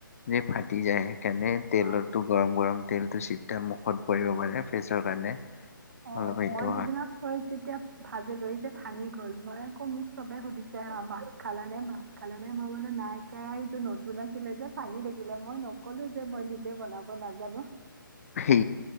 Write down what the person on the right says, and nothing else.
অ'।
অ,
মই যিদিনা হয় যেতিয়া ভাজি লৈ যে ভাঙি গল। মই আকৌ মোক চবে সুধিছে হা মাছ খালা নে? মাছ খালা নে? মই বোলো নাই কেৰাহিটো নতুন আছিলে যে ভাঙি থাকিলে। মই নকলো যে মই নিজে বনা ব নাজানো।